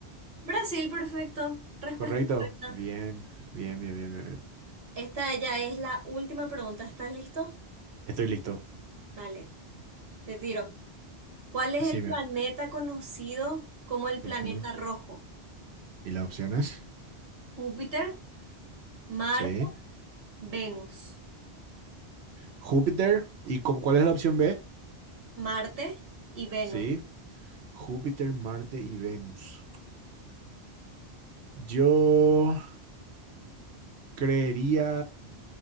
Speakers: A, on the right; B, on the right.
A: Brasil, perfecto. Respuesta
B: ¿Correcto?
A: correcta.
B: Bien, bien, bien, bien, bien. bien.
A: Esta ya es la última pregunta. ¿Estás listo?
B: Estoy listo.
A: Dale, te tiro. ¿Cuál es
B: Decime.
A: el planeta conocido como el planeta
B: Ujú.
A: rojo?
B: ¿Y las opciones?
A: Júpiter, Marte,
B: Sí.
A: Venus.
B: Júpiter. ¿Y cu- cuál es la opción B?
A: Marte y Venus,
B: Sí. Júpiter, Marte y Venus. Yo creería